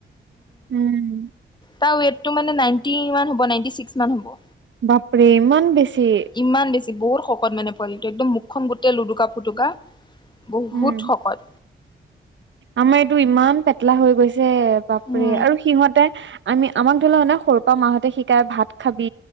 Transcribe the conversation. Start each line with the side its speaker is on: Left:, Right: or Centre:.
Right: উম।
Left: তাৰ ৱেটটো মানে নাইনটিান হ' নাইনটি ছিক্স মান হ'ব।
Right: বাপৰে ইমান বেছি
Left: ইমান বেছি বহুত শকত মানে পোৱিটো একদম মুখখন গোটেই লুটুকা, ফুটুকা বহুত
Right: উম
Left: শকত
Right: আমাৰ এইটো ইমান পেটলা হৈ গৈছে বাপৰে
Left: উম
Right: আৰু সিহতে আমি আমাক ধৰি লও নে সৰু পৰা মাহঁতে শিকাই ভাত খাবি